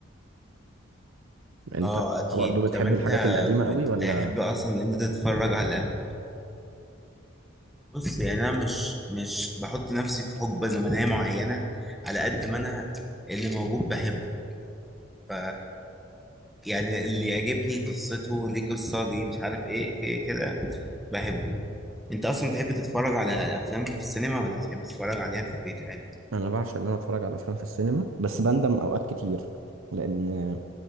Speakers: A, on the right; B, in the centre.
A: يعني
B: آه
A: انت طب
B: أكيد
A: برضه بتحب
B: طب أنت
A: الحاجات القديمة قوي
B: بتحب
A: ولا
B: أصلا إن أنت تتفرج على بص يعني أنا مش مش بحط نفسي في حقبة زمنية معينة على قد ما أنا اللي موجود بحبه ف يعني اللي يعجبني قصته ليه قصة ليه مش عارف ايه كده كده بحبه انت اصلا بتحب تتفرج على افلام في السينما ولا تحب تتفرج عليها في البيت عادي
A: انا بعشق ان انا اتفرج على افلام في السينما بس بندم اوقات كتير لان